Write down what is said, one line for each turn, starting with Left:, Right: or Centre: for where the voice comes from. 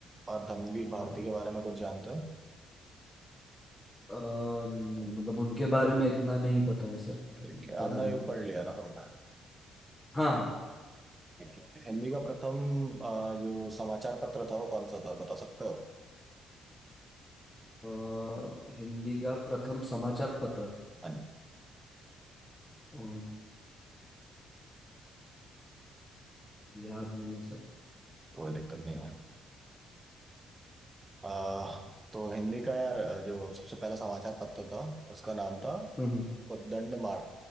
Right: और धर्मवीर भारती
Left: हाँ
Right: के बारे में कुछ जानते हो
Left: अ, नहीं मतलब उनके बारे में इतना नहीं पता है सर मतलब
Right: ठीक
Left: मैंने
Right: है
Left: पढ़ा
Right: अंधा
Left: नहीं
Right: युग
Left: है।
Right: पढ़ लिया ना तुमने
Left: हाँ हाँ।
Right: ठीक है हिंदी का प्रथम अ, जो समाचार पत्र था वो कौन सा था बता सकते हो
Left: अ, हिंदी का प्रथम समाचार पत्र
Right: हाँ,
Left: अ, याद नहीं है सर
Right: कोई दिक्कत नहीं है आ, तो हिंदी का यार जो सबसे पहला समाचार पत्र था उसका नाम था
Left: हम्म
Right: उद्दंड मार